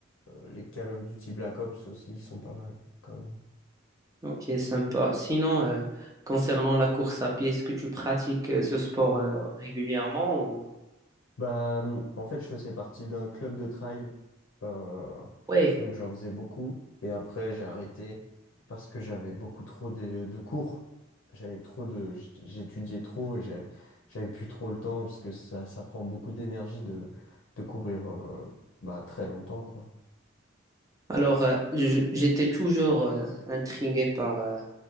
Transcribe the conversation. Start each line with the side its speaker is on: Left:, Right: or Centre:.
Left: les Call of Duty Black Ops aussi sont pas mal quand même.
Right: Ok, sympa. Sinon, euh, concernant la course à pied, est-ce que tu pratiques euh, ce sport euh, régulièrement ou...
Left: Bah, hum, en fait, je faisais partie d'un club de trail, euh,
Right: Oui.
Left: donc j'en faisais beaucoup. Et après, j'ai arrêté parce que j'avais beaucoup trop de, de cours. J'avais trop de, j- j'étudiais trop et j'avais, j'avais plus trop le temps parce que ça, ça prend beaucoup d'énergie de, de courir, euh, bah, très longtemps, quoi.
Right: Alors, euh, je- j'étais toujours euh, intrigué par euh,